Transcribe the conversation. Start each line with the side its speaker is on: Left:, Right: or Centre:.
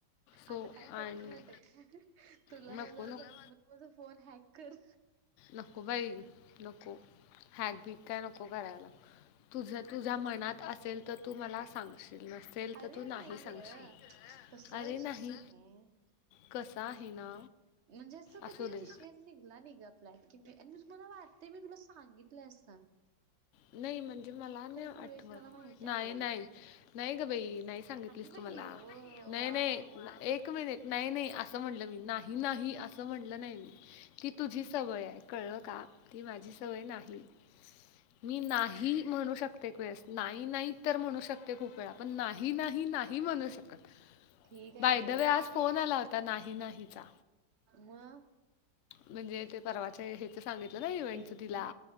Left: सो
Right: आता काय करतो
Left: आणि
Right: माहीत आहे का, तुला
Left: नको
Right: माझा सगळं.
Left: नको
Right: माझ फोन हॅक कर.
Left: नको बाई नको हॅक बीक काय नको करायला. तुझ तुझ्या मनात असेल तर तू मला सांगशील नसेल
Right: अरे
Left: तर तू नाही सांगशील.
Right: ग तसा
Left: अरे
Right: विषय
Left: नाही
Right: नाहीये
Left: कसा आहे ना..
Right: म्हणजे असं कधी
Left: असू दे
Right: विषय निघला नाही ग, आपल्यात किती मंजे मला वाटते मी तुला सांगितलं अस.
Left: नाही म्हणजे, मला नाही आठत
Right: भोळेस मला माहित
Left: नाही,
Right: आहे ते
Left: नाही नाही ग बाई नाही. कुट सांगीतलीस
Right: नाही
Left: तू मला
Right: ओ
Left: नाही
Right: वा
Left: नाही
Right: वा
Left: एक. नाही नाही असं म्हणलं मी, नाही नाही असं म्हणलं नाही मी की तुझी सवय आहे. कळलं का? ती माझी सवय नाही, मी नाही म्हणू शकत एक वेळेस नाही नाही तर म्हणू शकते खूप वेळा, पण नाही नाही नाही म्हणू शकत.
Right: ठीक आहे
Left: बाय
Right: गे
Left: द वे, आज फोन आला होता नाही नाहीचा.
Right: मग?
Left: म्हणजे ते परवाच्या हेच सांगितलं ना, इव्हेंटच
Right: ए
Left: तिला
Right: हा